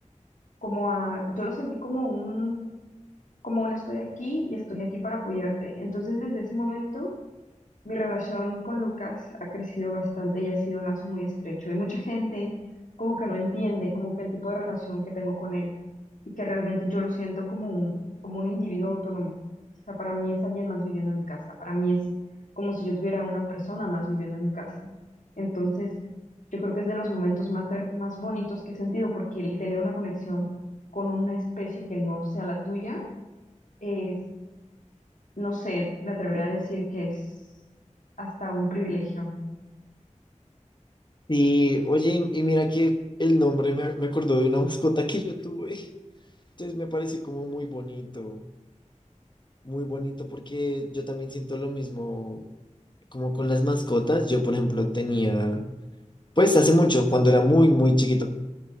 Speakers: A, on the left; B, on the left.
A: como a, yo lo sentí como un, como un estoy aquí y estoy aquí para apoyarte. Entonces, desde ese momento Mi relación con Lucas ha crecido bastante y ha sido un lazo muy estrecho. y mucha gente como que no entiende como que el tipo de relación que tengo con él y que realmente yo lo siento como un, como un individuo autónomo. O sea, para mí es alguien más viviendo en mi casa. Para mí es como si yo tuviera una persona más viviendo en mi casa. Entonces, yo creo que es de los momentos más, más bonitos que he sentido porque el tener una conexión con una especie que no sea la tuya es no sé, me atrevería a decir que es hasta un privilegio.
B: Y oye, y y mira que el nombre me, me acordó de una mascota que yo tuve. Entonces me parece como muy bonito, muy bonito porque yo también siento lo mismo como con las mascotas. Yo, por ejemplo, tenía, pues hace mucho, cuando era muy, muy chiquito,